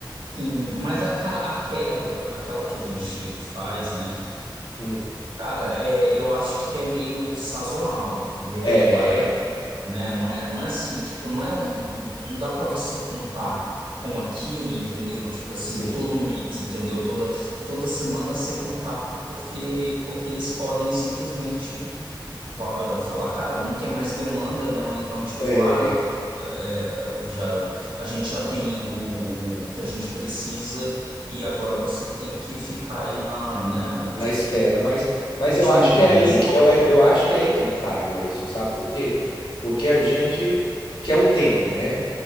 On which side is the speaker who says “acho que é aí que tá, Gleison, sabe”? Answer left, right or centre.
Left